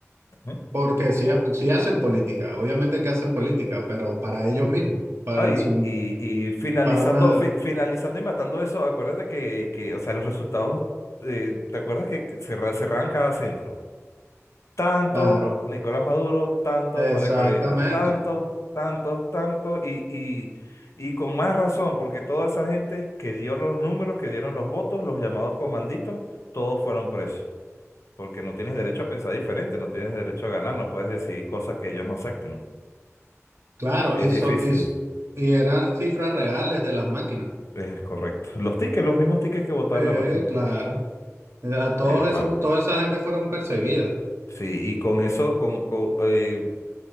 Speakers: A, on the left; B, on the right.
A: ¿Eh?
B: porque sí, ha- sí hacen política, obviamente que hacen política, pero para ellos mismos, para
A: Ay,
B: su,
A: y, y finalizando,
B: para una,
A: fi- finalizando y matando eso, acuérdate que, que, o sea, los resultados, eh, ¿te acuerdas que que cerra- cerraban cada centro? Tanto
B: claro,
A: Nicolás Maduro, tanto María
B: exactamente,
A: Corina, tanto, tanto, tanto, y, y, y con más razón, porque toda esa gente que dio los números, que dieron los votos, los llamados comanditos, todos fueron presos, porque no tienes derecho a pensar diferente, no tienes derecho a ganar, no puedes decir cosas que ellos no acepten.
B: claro,
A: Es
B: y,
A: difícil.
B: so- y, s- y eran cifras reales de las máquinas.
A: Es correcto. Los tickets, los mismos tickets que votaba
B: Sí,
A: la máquina.
B: claro. A todos
A: Sí, hermano.
B: esos, toda esa gente fueron perseguidas.
A: Sí, y con eso, con, co- eh,